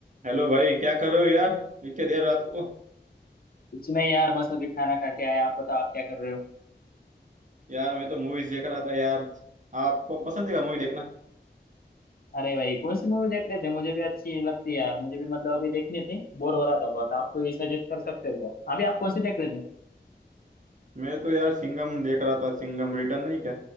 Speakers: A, on the right; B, on the left.
A: Hello भाई क्या कर रहे हो यार इतने देर रात को
B: कुछ नहीं यार बस अभी खाना खा के आए आप बताओ आप क्या कर रहे हो
A: यार मैं तो मूवीज देख रहा था यार आपको पसंद है क्या मूवी देखना
B: अरे भाई कौन सी मूवी देख रहे थे मुझे भी अच्छी लगती है यार मुझे भी मतलब अभी देखनी थी बोर हो रहा था बहुत आप कोई सजेस्ट कर सकते हो क्या अभी आप कौन सी देख रहे थे
A: मैं तो यार सिंघम देख रहा था सिंघम रिटर्न नहीं क्या